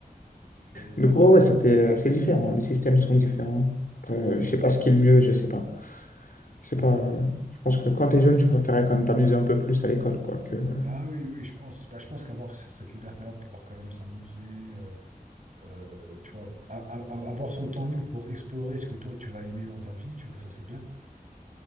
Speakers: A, on the right; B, on the left.
A: C'est,
B: Donc,
A: y a-
B: ouais, ouais, c'était, euh, c'est différent. Les systèmes sont différents. Après, euh,
A: Hmm.
B: je sais pas ce qui est le mieux, je sais pas. Je sais
A: Ouais.
B: pas. euh, je pense que quand t'es jeune, tu préférais quand même t'amuser un peu plus à l'école, quoi. Que, euh,
A: Bah oui, oui, je pense. Bah, je pense qu'avoir c- cette liberté-là de pouvoir quand même s'amuser, euh, euh, tu vois, a- a- a- avoir son temps libre pour explorer ce que toi tu vas aimer dans ta vie, tu vois, ça c'est bien.